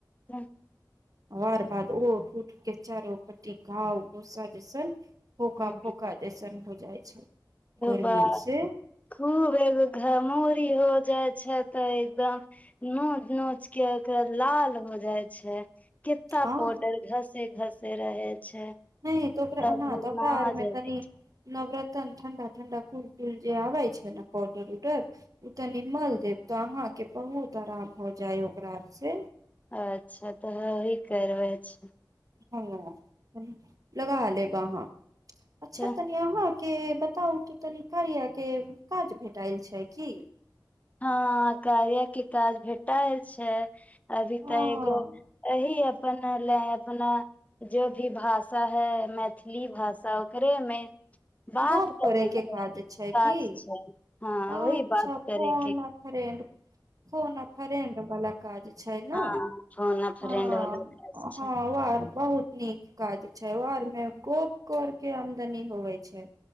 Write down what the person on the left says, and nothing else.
हुं।
<unintelligible>
बा
खूब एगो घमोरी हो जाय छै ते एगदम नोच नोच के ओकरा लाल हो जाय छै। किता
पाउडर घसे घस से रहै छै।
तब
हम
ना
जल्दी
अच्छा तऽ ह वही करबै छी
तऽ
हँ कार्याके काज भेटायल छै अभी
तऽ एगो अहिं अपन ले अपना जो भी भाषा है मैथिली भाषा ओकरेमे बात
करने
के ओहि
मे
टास्क
छै हँ
वही बात करय
हँ फोन अ फ्रेंड
वाला काज छै